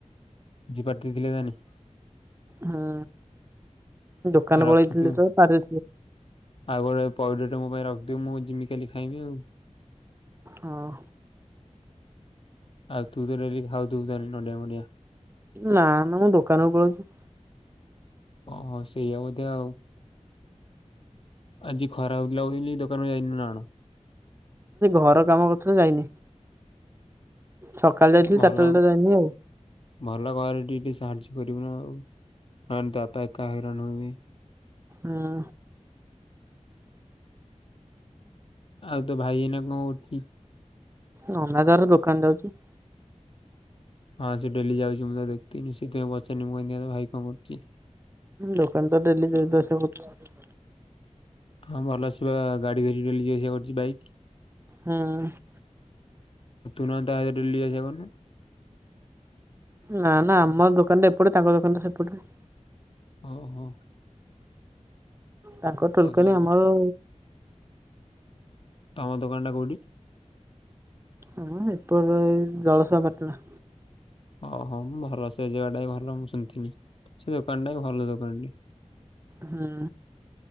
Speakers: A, on the left; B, on the right.
A: ଯିବା <unintelligible>
B: ହୁଁ ଦୋକାନ
A: ଆଉ ରଖିଥିବୁ।
B: ପଳେଇଥିଲି ତ ପାର
A: ଆଉ ଗୋଟେ ପଇଡଟେ ମୋ ପାଇଁ ରଖଥିବୁ, ମୁଁ ଯିମି କାଲି ଖାଇବି ଆଉ।
B: ହଁ।
A: ଆଉ ତୁ ତ ଡେଲି ଖାଉଥିବୁ ନଡିଆ ମଣ୍ଡିଆ।
B: ନା ନା ମୁଁ ଦୋକାନକୁ ପଳଉଛି।
A: ଓହୋ ସେଇଆ ବୋଧେ ଆଉ। ଆଜି ଖରା ହଉଥିଲା ବୋଲି ଦୋକାନରୁ ଯାଇନୁ ନା କଣ?
B: ଘର କାମ କରୁଥିଲ ଯାଇନି ସକାଳେ ଯାଇଥିଲି
A: ଭଲ
B: ଚାରିଟା ଲେ ତ ଯାଇନି ଆଉ।
A: ଭଲ ଘରେ ଟିକେ ଟିକେ ସାହାଯ୍ୟ କରିବୁ ନା ଆଉ ନହଲେ ତ ବାପା ଏକା ହଇରାଣ ହେବେ।
B: ହୁଁ।
A: ଆଉ ତୋ ଭାଇ ଏଇନା କଣ କରୁଛି?
B: ନନା ତାର ଦୋକାନ ଯାଉଛି।
A: ହଁ ସେ ଡେଲି ଯାଉଛି ମୁଁ ତ ଦେଖଥିଲି ସେଥିପାଇଁ ପଚାରନି ମୁଁ ତୋ ଭାଇ କଣ କରୁଛି।
B: ଦୋକାନ ତ ଡେଲି ଯିବା ଆସିବା କରୁଛି ଆଉ।
A: ହଁ ଭଲ ସେବା ଗାଡି ଧରି ଯିବା ଆସିବା କରୁଛି ବାଇକ୍
B: ହୁଁ <unintelligible>
A: ତୁ ନହେଲେ ତା ସହିତ ଡେଲି ଯିବା ଆସିବା କରୁନୁ।
B: ନା ନା ଆମ ଦୋକାନଟା ଏପଟେ, ତାଙ୍କ ଦୋକାନଟା ସେପଟେ।
A: ଓହୋ
B: ତାଙ୍କ ଟଲକାନୀ
A: ଆଉ ଯୋଉ
B: ଆମର
A: ତମ ଦୋକାନ ଟା କୋଉଠି
B: ଆ ଏପ ଜଳସ ପଟଣା
A: ଓହୋ ମୁଁ ଭଲ ସେ ଯିଗା ଟା ବି ଭଲ ମୁଁ ଶୁଣିଥିନି ସେ ଦୋକାନ ଟା ବି ଭଲ ଦୋକାନଟି
B: ହଁ